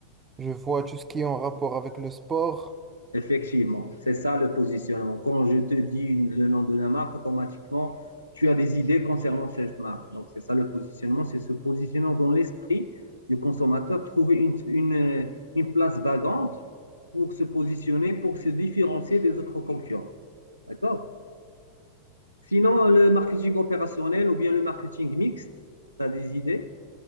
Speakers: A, on the right (about 20°); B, on the left (about 80°).
A: Je vois tout ce qui est en rapport avec le sport
B: Effectivement, c'est ça le positionnement. Quand je te dis une- le nom de la marque, automatiquement, tu as des idées concernant cette marque. Donc, c'est ça le positionnement, c'est se positionner dans l'esprit du consommateur, trouver une, une, euh, une place vagante pour se positionner, pour se différencier des autres concurrents. D'accord? Sinon, le marketing opérationnel ou bien le marketing mixte, tu as des idées?